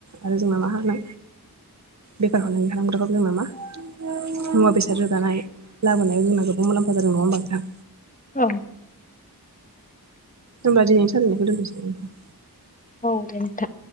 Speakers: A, on the right (about 45°); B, on the left (about 20°).
A: आरो जोंना मा होनो। बेफार फालांगि खालामग्राखौ जोंना मा मुवा बेसाद रोगानाय लाबोनाय जों गोबां मुलामफा जादों नङा होमबा नोंथां।
B: औ।
A: होमबा दिनैनो सावरानायखौ दानथनोसै नोंथां।
B: औ दे नोंथां।